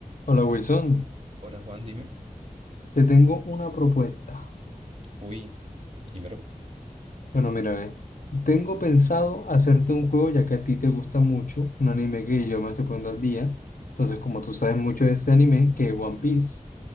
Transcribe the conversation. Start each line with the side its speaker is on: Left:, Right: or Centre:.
Left: Hola Wilson,
Right: Hola Juan, dime.
Left: te tengo una propuesta.
Right: Uy, dímelo.
Left: Bueno, mira, ve, Tengo pensado hacerte un juego ya que a ti te gusta mucho, un anime que yo me estoy poniendo al día. Entonces, como tú sabes mucho de ese anime, que es One Piece.